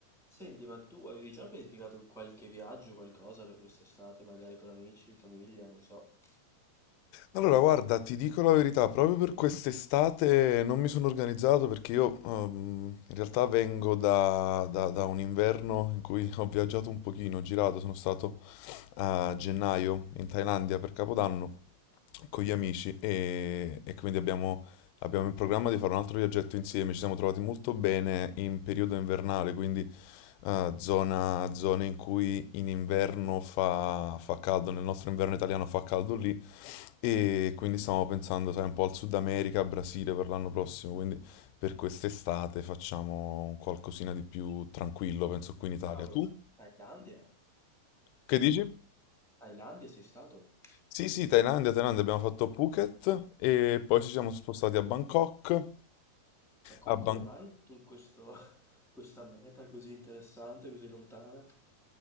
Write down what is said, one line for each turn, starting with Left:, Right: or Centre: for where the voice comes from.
Centre: Senti, ma tu avevi già pianificato qualche viaggio, qualcosa per quest'estate, magari con amici, famiglia, non so.
Left: Allora, guarda, ti dico la verità, proprio per quest'estate non mi sono organizzato perché io ehm, in realtà vengo da, da- da un inverno in cui <laughs> ho viaggiato un pochino, ho girato, sono stato a gennaio in Thailandia per Capodanno con gli amici e, e quindi abbiamo, abbiamo in programma di fare un altro viaggetto insieme. Ci siamo trovati molto bene in periodo invernale, quindi eh, zona, zone in cui in inverno fa, fa caldo, nel nostro inverno italiano fa caldo lì e quindi stiamo pensando, sai, un po' al Sud America, Brasile per l'anno prossimo, quindi per quest'estate facciamo un qualcosina di più tranquillo, penso qui in Italia.
Centre: Cavolo,
Left: Tu?
Centre: ma Thailandia?
Left: Che dici?
Centre: Thailandia sei stato?
Left: Sì, sì, Thailandia, Thailandia, abbiamo fatto Phuket e poi ci siamo spostati a Bangkok.
Centre: Ma com-
Left: A Bang-
Centre: come mai tu questo, <laughs> questa meta così interessante, così lontana?